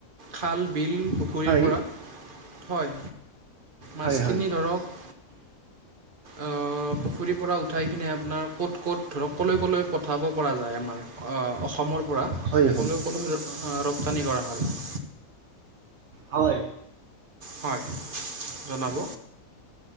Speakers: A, on the right (about 40°); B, on the right (about 60°).
A: খাল, বিল পুখুৰীৰ
B: হয়
A: পৰা। হয়, মাছখিনি
B: হয় হয়
A: ধৰক অ পুখুৰীৰ পৰা উঠাই কিনে আপোনাৰ ক'ত ক'ত ধৰক ক'লৈ, ক'লৈ পঠাব পৰা যায়, আমাৰ আ অসমৰ পৰা ক'লৈ
B: হয় হয়
A: ক'লৈ আ ৰপ্তানি কৰা হয়?
B: হয়।
A: হয়, জনাব।